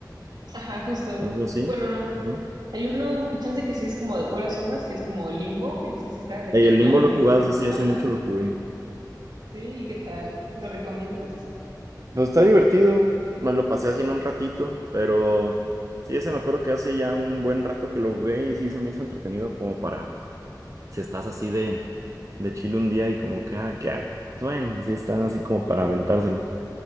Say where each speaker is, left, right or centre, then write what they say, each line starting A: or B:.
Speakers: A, on the right; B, on the right.
A: Ajá, justo.
B: algo así,
A: Bueno, no.
B: ¿no?
A: Hay uno, chance que sí es como de puras sombras, que es como Limbo, ese sí está de
B: Y
A: que
B: el Limbo
A: blanco
B: lo jugás
A: y negro.
B: así hace
A: Ajá.
B: mucho lo jugué.
A: Sí, ¿y qué tal? ¿Lo recomiendas?
B: Pues está divertido, me lo pasé así en un ratito, pero sí, ese me acuerdo que hace ya un buen rato que lo jugué y sí se me hizo entretenido como para, si estás así de, de chill un día y como que, ah, ¿qué hago? Pues Bueno, sí está así como para aventárselo.